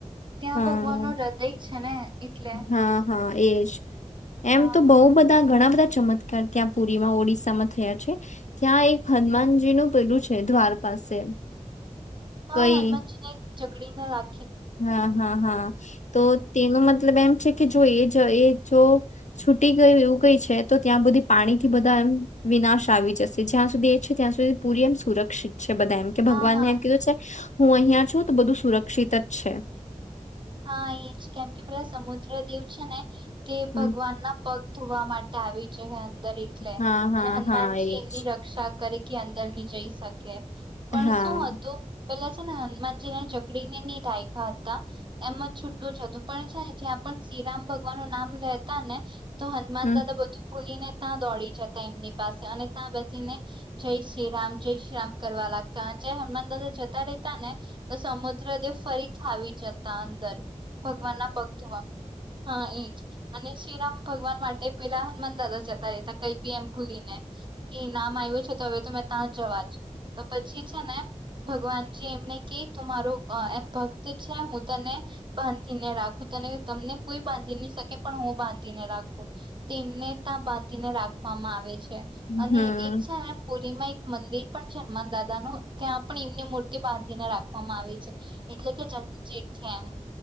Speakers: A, on the right; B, on the left.
A: ત્યાં
B: હા
A: ભગવાન નું હૃદય છે ને એટલે.
B: હા હા એજ એમ
A: હા
B: તો બહુ બધા ઘણા ચમત્કાર ત્યાં પુરીમાં ઓડિશામાં થયા છે ત્યાં એક હનુમાનજી નું પેલું છે દ્વાર પાસે.
A: હા
B: કઈ
A: હનુમાજીને ઝકડીને લા
B: હા હા હા, તો તેનો મત મતલબ એમ છે કે જો એ જો છૂટી ગયું એવું ગઈ છે તો ત્યાં બધી પાણી થી બધા વિનાશ આવી જશે જ્યાં સુધી એ છે ત્યાં સુધી પૂરી એમ સુરક્ષિત છે બધા એમ કે ભગવાનને
A: હા હા
B: એમ કીધું છે હું અહિયાં છું તો બધું સુરક્ષિત જ છે.
A: હા એ જ કેમ કે પેલા સમુદ્ર દેવ છે ને તે
B: હમ
A: ભગવાન ના પગ ધોવા માટે આવી જ અંદર એટલે
B: હા હા
A: અને હનુમાનજી
B: હા એજ
A: એમની રક્ષા કરી કે અંદર ની જઈ શકે પણ
B: હા
A: શું હતું પેલા છે ને હનુમાનજીને ચકડીને ની દાયકા હતા એમ જ છુટું જ હતું પણ છે ને જ્યાં પણ શ્રીરામ ભગવાન નું નામ લેતા ને તો હનુમાન
B: હમ
A: દાદા બધું ભૂલીને ત્યાં દોડી જતા એમની પાસે અને ત્યાં બેસીને જય શ્રીરામ જય શ્રીરામ કરવા લાગતા હનુમાન દાદા જતા રેતા ને તો સમુદ્ર દેવ ફરીથી આવી જતા અંદર. ભગવાન ના પગ ધોવા હા એજ અને શ્રીરામ ભગવાન માટે પેલા હનુમાન દાદા જતા રહેતા કઈ બી એમ ભૂલી ને એ નામ આવ્યું છે હવે તો મેં ત્યાં જવાજ તો પછી છે ને ભગવાનજી એમને કે તું મારું એમ ભક્ત છે હું તને બાંધીને રાખું તને તમને કોઈ બાંધી નહી શકે પણ હું બાંધીને રાખું તેમને ત્યાં બાંધીને રાખવામાં આવે છે
B: હમ
A: અને
B: હમ
A: એક છે ને એમાં એક મંદિર પણ છે હનુમાન દાદા નું ત્યાં પણ એમની મૂર્તિ બાંધીને રાખવામાં આવી છે એટલે કે જ ચક <unintelligible> છે એમ